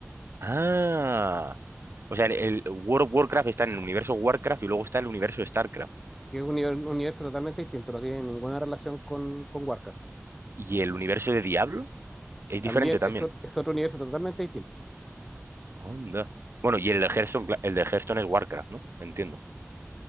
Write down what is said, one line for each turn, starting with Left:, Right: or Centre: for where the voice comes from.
Right: Ah. O sea, el, el World of Warcraft está en el universo Warcraft y luego está el universo StarCraft.
Centre: que es un, univer- un universo totalmente distinto, no tiene ninguna relación con, con Warcraft.
Right: ¿Y el universo de Diablo? Es diferente
Centre: También
Right: también.
Centre: es, ot- es otro universo totalmente distinto.
Right: Onda. Bueno, y el de Hearthstone, cla- el de Hearthstone es Warcraft, ¿no? Entiendo.